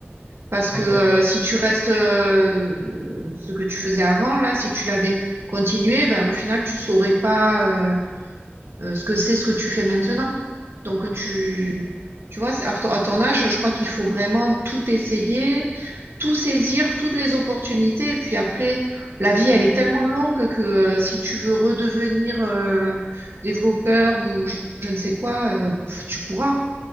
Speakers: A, on the right; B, on the left.
A: Parce que
B: ouais,
A: euh,
B: c'est vrai.
A: si tu restes euh, ce que tu faisais avant, là, si tu l'avais continué, ben au final, tu saurais pas euh, euh, ce que c'est ce que tu fais maintenant. Donc tu, tu vois, c'est- à ton à ton âge, je crois qu'il faut vraiment tout essayer, tout saisir, toutes les opportunités. Et puis après, la vie, elle est tellement longue que euh, si tu veux redevenir euh, développeur ou je, je ne sais quoi, euh, pff, tu pourras